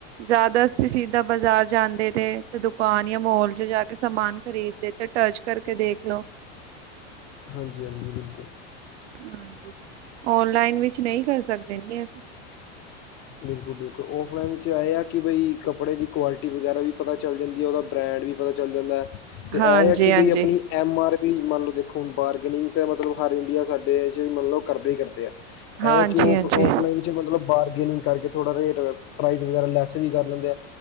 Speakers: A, on the right; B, on the left.
A: ਜਾਦਾ <unintelligible> ਜਿੱਦਾ, ਬਾਜ਼ਾਰ ਜਾਂਦੇ ਤੇ, ਤੇ ਦੁਕਾਨ ਜਾਂ ਮੋਲ ਚ ਜਾ ਕੇ, ਸਮਾਨ ਖਰੀਦ ਦੇ, ਤੇ ਟਚ ਕਰਕੇ ਦੇਖ ਲੋ। <unintelligible>
B: ਹਾਂਜੀ-ਹਾਂਜੀ, ਬਿਲਕੁੱਲ।
A: ਹਾਂਜੀ। ਓਨਲਾਈਨ ਵਿੱਚ, ਨਈ ਕਰ ਸਕਦੇ ਜੀ। ਅਸੀਂ। <unintelligible>
B: ਬਿਲਕੁੱਲ- ਬਿਲਕੁੱਲ। ਔਫਲਾਈਨ ਚ ਐ ਆ, ਕਿ ਬਈ ਕੱਪੜੇ ਦੀ, ਕੁਆਲਿਟੀ ਵਗੈਰਾ, ਵੀ ਪਤਾ ਚੱਲ ਜਾਂਦੀ। ਓਦਾ ਬ੍ਰੈਂਡ ਵੀ, ਪਤਾ ਚੱਲ ਜਾਂਦਾ। ਤੇ, ਏ,
A: ਹਾਂਜੀ
B: ਐ, ਕੀ,
A: ਹਾਂਜੀ
B: ਬਈ ਆਪਣੀ ਐਮ ਆਰ ਵੀ, ਮੰਨ ਲੋ, ਦੇਖੋ, ਹੁਣ ਬਾਰਗਨਿੰਗ ਤਾਂ, ਮਤਲਬ ਹਰ ਇੰਡੀਆ, ਸਾਡੇ ਚ ਮਤਲਬ ਕਰਦੇ ਈ ਕਰਦੇ ਆ।
A: ਹਾਂਜੀ
B: ਐ ਈ ਕੀ,
A: ਹਾਂਜੀ
B: ਓਫਲਾਈਨ ਚ, ਮਤਲਬ ਬਾਰਗੇਨਿੰਗ ਕਰਕੇ। ਥੋੜਾ ਰੇਟ, ਪ੍ਰਾਈਜ਼ ਵਗੈਰਾ ਲੈਸ ਵੀ, ਕਰ ਲੈਂਦੇ ਆ।